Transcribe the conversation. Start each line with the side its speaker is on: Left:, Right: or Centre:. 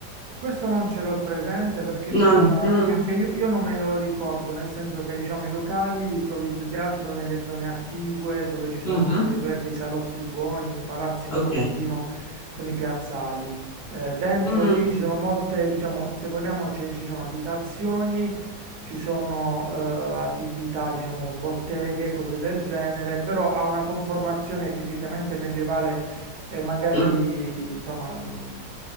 Right: questo non ce l'ho presente perché
Left: Non...
Right: diciamo
Left: mm,
Right: io, che io, io non me lo ricordo, nel senso che diciamo i locali li trovi più che altro nelle zone attigue dove ci sono
Left: mhm,
Right: tra virgolette i salotti buoni, i palazzi un
Left: ok.
Right: pochettino con i piazzali. Eh, dentro
Left: mm,
Right: lì ci sono molte, diciamo, se vogliamo c'è- ci sono abitazioni, ci sono eh, attività, diciamo, botteghe, cose del genere, però ha una conformazione tipicamente medievale e magari
Left: mm,
Right: insomma non,